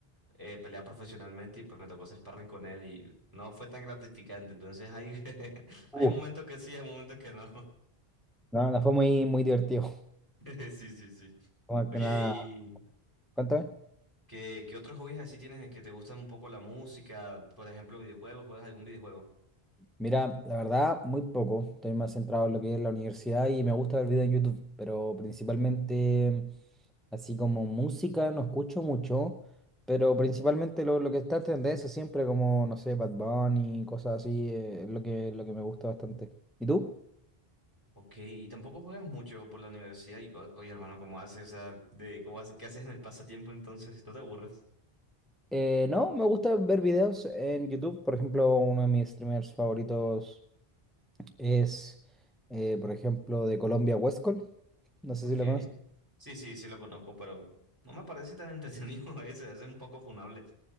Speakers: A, on the right (about 20°); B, in the centre.
A: eh, pelea profesionalmente y pues me tocó hacer sparring con él y no fue tan gratificante, entonces hay, <laughs> hay
B: Uh,
A: momentos que sí, hay momentos que no.
B: no, no fue muy, muy divertido.
A: <laughs> Sí, sí, sí.
B: <laughs> Más
A: Oye,
B: que nada,
A: ¿y
B: cuéntame.
A: qué, qué otros hobbies así tienes que te gustan un poco la música? Por ejemplo, videojuegos, ¿juegas algún videojuego?
B: Mira, la verdad, muy poco. Estoy más centrado en lo que es la universidad y me gusta ver videos en YouTube, pero principalmente así como música no escucho mucho, pero principalmente lo, lo que está en tendencia siempre como, no sé, Bad Bunny, cosas así, eh, es lo que, lo que me gusta bastante. ¿Y tú?
A: Ok, y tampoco juegas mucho por la universidad y, co- oye, hermano, ¿cómo haces esa de cómo haces, qué haces en el pasatiempo entonces? ¿No te aburres?
B: Eh, no, me gusta ver videos en YouTube. Por ejemplo, uno de mis streamers favoritos es, eh, por ejemplo, de Colombia, Westcol. No sé
A: Ok.
B: si lo conoces.
A: Sí, sí, sí lo conozco, pero no me parece tan entretenido <laughs> ese, ese es un poco funable.